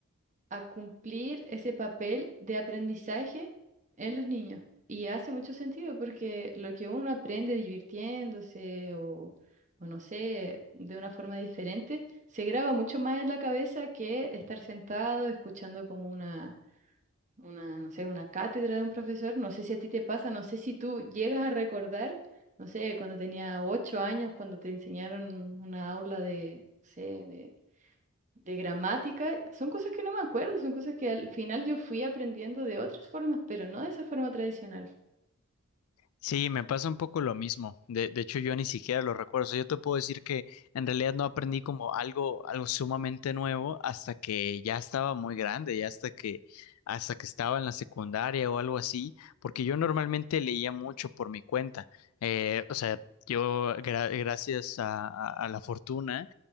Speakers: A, on the right; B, on the left.
A: a cumplir ese papel de aprendizaje en los niños. Y hace mucho sentido porque lo que uno aprende divirtiéndose o, o no sé, de una forma diferente, se graba mucho más en la cabeza que estar sentado escuchando como una, una, no sé, una cátedra de un profesor. No sé si a ti te pasa, no sé si tú llegas a recordar, no sé, cuando tenía ocho años, cuando te enseñaron una aula de, no sé, de de gramática, son cosas que no me acuerdo, son cosas que al final yo fui aprendiendo de otras formas, pero no de esa forma tradicional.
B: Sí, me pasa un poco lo mismo. De, de hecho, yo ni siquiera lo recuerdo. O sea, yo te puedo decir que en realidad no aprendí como algo, algo sumamente nuevo hasta que ya estaba muy grande, ya hasta que, hasta que estaba en la secundaria o algo así, porque yo normalmente leía mucho por mi cuenta. Eh, o sea, yo, gra- gracias a, a- a la fortuna,